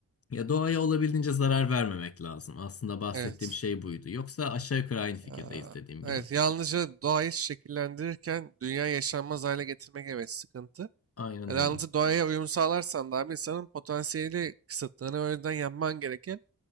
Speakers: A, on the left; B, on the right.
A: Ya doğaya olabildiğince zarar vermemek lazım. Aslında bahsettiğim
B: Evet.
A: şey buydu. Yoksa aşağı yukarı aynı fikirdeyiz
B: Aa,
A: dediğim
B: Evet,
A: gibi.
B: yalnızca doğayı şekillendirirken dünya yaşanmaz hale getirmek evet sıkıntı.
A: Aynen
B: Yalnız
A: öyle.
B: doğaya uyum sağlarsan da abi insanın potansiyeli kısıtlarını o yüzden yapman gereken